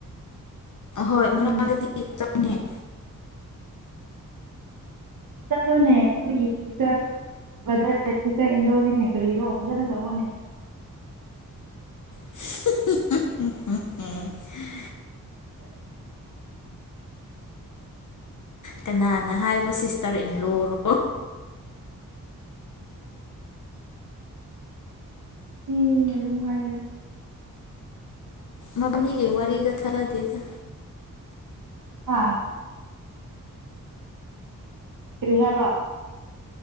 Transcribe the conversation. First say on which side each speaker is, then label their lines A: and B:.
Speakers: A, on the left; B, on the right.
A: ꯑꯍꯣꯏ ꯉꯔꯥꯡꯗꯨꯗꯤ
B: ꯎꯝ
A: ꯆꯠꯄꯅꯦ <unintelligible>
B: ꯆꯠꯂꯣꯅꯦ ꯅꯣꯏꯒꯤ ꯐꯌꯨꯆꯔ ꯕꯗꯔ ꯁꯤꯁꯇꯔ ꯏꯟꯂꯣꯅꯤꯅꯦ ꯀꯔꯤꯔꯣ ꯐꯖꯅ ꯇꯧꯑꯣꯅꯦ
A: <unintelligible> ꯀꯅꯥꯅ ꯍꯥꯏꯕ ꯁꯤꯁꯇꯔ ꯏꯟ ꯂꯣꯔꯣ
B: ꯃꯤꯅ ꯗꯨꯝ ꯍꯥꯏꯌꯦꯗ
A: ꯃꯕꯟꯅꯤꯒꯤ ꯋꯥꯔꯤꯗꯣ ꯊꯖꯥꯗꯦꯗ
B: ꯍꯥ ꯀꯔꯤ ꯍꯥꯏꯕ